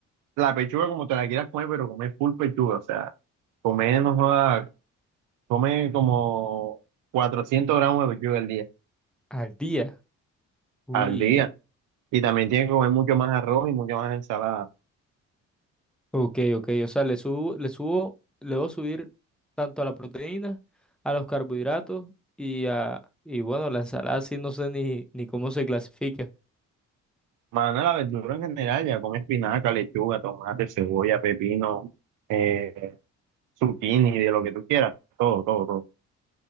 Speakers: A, on the right (about 85°); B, in the centre.
A: La pechuga como te la quieras comer, pero come full pechuga, o sea, come, no joda, come como 400 gramos de pechuga al día,
B: Al día. Uy.
A: al día. Y también tiene que comer mucho más arroz y mucho más ensalada.
B: Ok, ok. O sea, le subo, le subo, le debo subir tanto a la proteína, a los carbohidratos y a, y bueno, la ensalada sí no sé ni, ni cómo se clasifica.
A: Mano, la verdura en general, ya come espinaca, lechuga, tomate, cebolla, pepino, eh, zucchini, de lo que tú quieras, todo, todo, todo.